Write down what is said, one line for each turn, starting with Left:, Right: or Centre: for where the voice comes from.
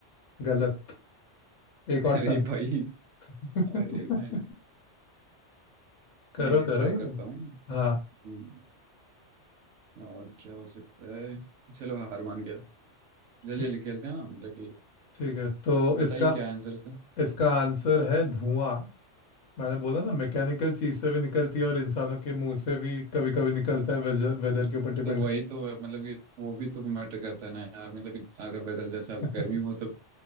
Left: गलत एक
Right: <laughs>
Left: और
Right: अरे
Left: चांस
Right: भाई
Left: <laughs>
Right: अरे भाई
Left: करो
Right: नहीं नहीं ट्राई
Left: करो
Right: करता हूँ
Left: हाँ
Right: हम्म, और क्या हो सकता है चलो हार मान गया जल्दी
Left: ठीक
Right: जल्दी खेलते हैं ना मतलब कि
Left: ठीक है तो
Right: बताइए
Left: इसका
Right: क्या आंसर इसका
Left: इसका आंसर है धुआं मैंने बोला ना मैकेनिकल चीज से भी निकलती है और इंसानों के मुंह से भी कभी कभी निकलता है वेदर, वेदर के ऊपर डिपेंड
Right: तो वही तो है, मतलब कि वो भी तो मैटर करता है ना यार मतलब कि अगर वेदर जैसा
Left: करता
Right: गर्मी हो तो